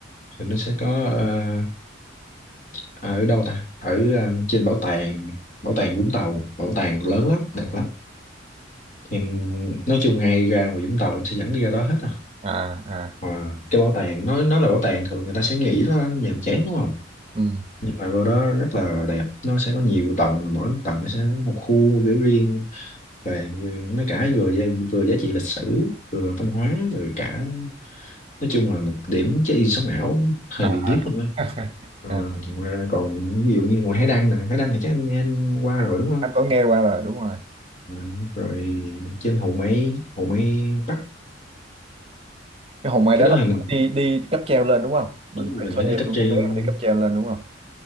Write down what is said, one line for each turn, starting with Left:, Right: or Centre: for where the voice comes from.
Left: thì nó sẽ có ờ, à, ở đâu ta ở ờ, trên bảo tàng bảo tàng Vũng Tàu bảo tàng lớn lắm đẹp lắm thì nói chung ngay ra ngoài Vũng Tàu em sẽ dẫn đi ra đó hết à
Right: à à
Left: Ờ, cái bảo tàng nó nó là bảo tàng thường người ta sẽ nghĩ nó nhàm chán đúng không
Right: ừ
Left: nhưng mà vào đó rất là đẹp nó sẽ có nhiều tầng mỗi tầng nó sẽ có một khu kiểu riêng về ờ, nó cả vừa gia- vừa giá trị lịch sử vừa văn hóa rồi cả nói chung là một điểm check-in sống ảo hơi
Right: à,
Left: bị vip luôn á
Right: à.
Left: Ờ,
Right: <laughs>
Left: ngoài ra còn ví dụ như ngoài Hải Đăng nè Hải Đăng thì chắc anh, anh qua
Right: À,
Left: rồi đúng không
Right: anh có nghe qua rồi đúng rồi
Left: Ờ, rồi trên Hồ Mây Hồ Mây Bắc
Right: cái Hòn Mây
Left: cái
Right: đó
Left: đó
Right: là
Left: thì mình
Right: đi đi cáp treo lên đúng không mình
Left: đúng là
Right: phải
Left: mình
Right: thuê
Left: phải đi cáp
Right: một
Left: treo
Right: vé mà đi cáp treo lên đúng không